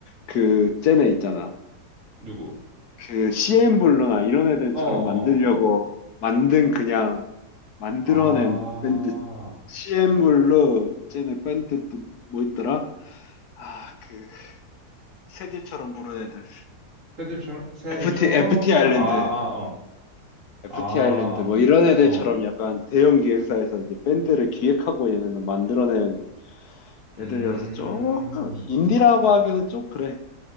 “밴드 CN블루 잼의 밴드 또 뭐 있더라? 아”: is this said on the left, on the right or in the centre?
Left